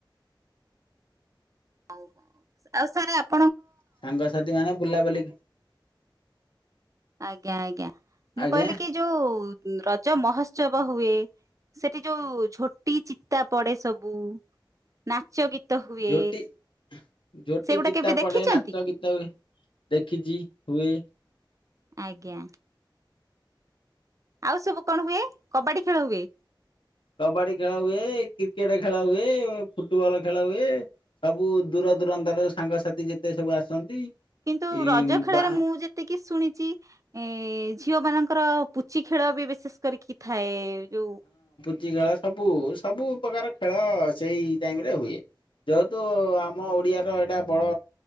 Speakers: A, on the right; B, on the left.
A: ହଉ ଆଉ ସାର ଆପଣ
B: ସାଙ୍ଗସାଥି ମାନେ ବୁଲାବୁଲି
A: ଆଜ୍ଞା ଆଜ୍ଞା ମୁଁ
B: ଆଜ୍ଞା
A: କହିଲି କି ଯୋଉ ରଜ ମହୋତ୍ସବ ହୁଏ? ସେଠି ଯୋଉ ଝୋଟି ଚିତା ପଡେ ସବୁ ନାଚ ଗୀତ ହୁଏ
B: ଝୋଟି ଝୋଟି
A: ସେଗୁଡା
B: ଚିତା
A: କେବେ ଦେଖିଛନ୍ତି
B: ପଡେ ନାଚ ଗୀତ ଦେଖିଛି ହୁଏ।
A: ଆଜ୍ଞା। ଆଉ ସବୁ କଣ ହୁଏ କବାଡି ଖେଳ ହୁଏ।
B: କବାଡି ଖେଳ ହୁଏ କ୍ରିକେଟ ଖେଳ ହୁଏ ଫୁଟବଲ ଖେଳ ହୁଏ ସବୁ ଦୂର ଦୂରାନ୍ତ ର ସାଙ୍ଗସାଥି ଯେତେ ସବୁ ଆସନ୍ତି।
A: କିନ୍ତୁ
B: ଏ
A: ରଜ ଖେଳରେ
B: ବା ହଁ
A: ମୁଁ ଯେତିକି ଶୁଣିଛି। ଏ ଝିଅ ମାନଙ୍କର ପୁଚି ଖେଳ ବି ବିଶେଷ କରି କି ଥାଏ ଯୋଉ
B: କଚ ଖେଳ ସବୁ ସବୁ ପ୍ରକାର ଖେଳ ସେଇ ଟାଇମରେ ହୁଏ ଯେହେତୁ ଆମ ଓଡିଆ ର ଏଇଟା ବଡ